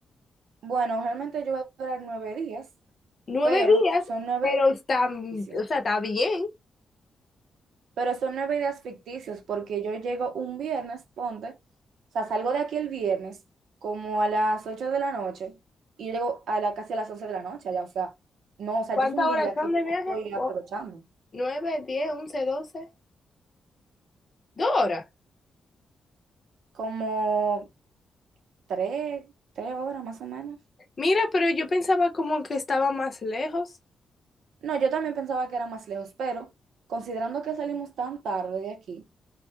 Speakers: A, on the right; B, on the left.
A: Bueno, realmente yo voy a durar nueve días,
B: Nueve
A: pero
B: días,
A: son nueve
B: pero está, o
A: ejercicios.
B: sea, está bien.
A: pero son nueve días ficticios porque yo llego un viernes, ponte, o sea, salgo de aquí el viernes como a las 8 de la noche y yo llego a la, casi a las 11 de la noche allá, o sea, no, o sea,
B: ¿Cuántas
A: ya es un
B: horas
A: día
B: son
A: que yo
B: de viaje?
A: no estoy
B: Cu-
A: aprovechando,
B: Nueve, diez, once, doce. Dos horas.
A: como tres, tres horas más o menos.
B: Mira, pero yo pensaba como que estaba más lejos.
A: No, yo también pensaba que era más lejos, pero considerando que salimos tan tarde de aquí,